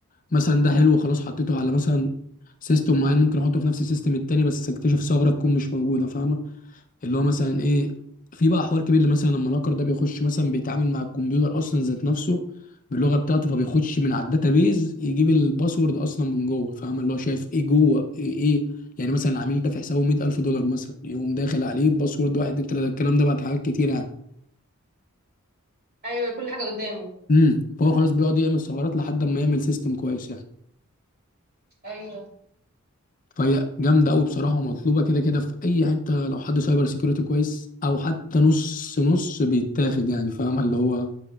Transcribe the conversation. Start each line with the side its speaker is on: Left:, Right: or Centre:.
Left: مثلا ده حلو خلاص حطيته على مثلا سيستم معين ممكن احطه في نفس السيستم التاني بس اكتشف ثغره تكون مش موجوده فاهمه اللي هو مثلا ايه في بقى حوار كبير اللي مثلا لما الهاكر ده بيخش مثلا بيتعامل مع الكمبيوتر اصلا ذات نفسه باللغه بتاعته فبيخش من على الداتابيز يجيب الباسورد اصلا من جوه فاهم اللي هو شايف ايه جوه ايه, إيه يعني مثلا العميل ده في حسابه 100000 دولار مثلا يقوم داخل عليه باسورد واحد اتنين تلاته الكلام ده بعد حاجات كتير يعني
Right: ايوه كل حاجه قدامه
Left: امم فهو خلاص بيقعد يعمل ثغرات لحد ما يعمل سيستم كويس يعني
Right: ايوه
Left: فهي جامده قوي بصراحه ومطلوبه كده كده في اي حته لو حد سايبر سيكيورتي كويس او حتى نص نص بيتاخد يعني فاهم اللي هو